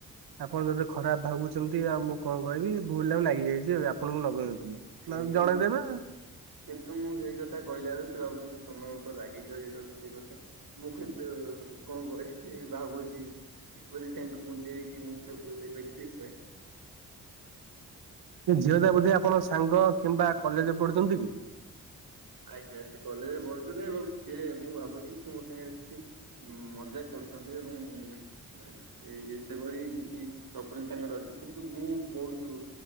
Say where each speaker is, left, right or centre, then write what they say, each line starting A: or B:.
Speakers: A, on the right (about 85°); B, on the right (about 65°).
A: ଆପଣ ଯଦି ଖରାପ ଭାବୁଛନ୍ତି ଆଉ ମୁଁ କଣ କହିବି ଭୁଲ ଲାଗ ଲାଗି ଯାଇଛି ଆପଣଙ୍କୁ ଲଗେଇନଥିଲି। ନହେଲେ
B: ଆଜ୍ଞା କିନ୍ତୁ
A: ଜଣେଇଦେବେ।
B: କିନ୍ତୁ ମୁଁ ସେଇ କଥା କହିଲା ବେଳେ ସେ ଭାବୁଛନ୍ତି ତମ ମୋ ଉପରେ ରାଗିଛ ଇଏ କରିଛ ସେ କରିଛ। ମୁଁ କେତେ କଣ କହିବି ଭାବୁଛି? କିପରି ତାଙ୍କୁ ମୁଁ ବୁଝେଇବି ସେ ସେ ବ୍ୟକ୍ତି ନୁହେଁ।
A: ଝିଅଟା ବୋଧେ ଆପଣଙ୍କ ସାଙ୍ଗ କିମ୍ବା କଲେଜରେ ପଢୁଛନ୍ତି କି?
B: ଆଜ୍ଞା ସେ କଲେଜରେ ପଢୁଛନ୍ତି ଏବଂ ସିଏ ମୁଁ ଭାବୁଛି ସେ ମୋ ସାଙ୍ଗରେ କିଛି ଉ ମଜାକ କରୁଛନ୍ତି ଏବଂ ସେଭଳି କିଛି ଚକୁଲି ତାଙ୍କର ଅଛି କିନ୍ତୁ ମୁଁ ବହୁତ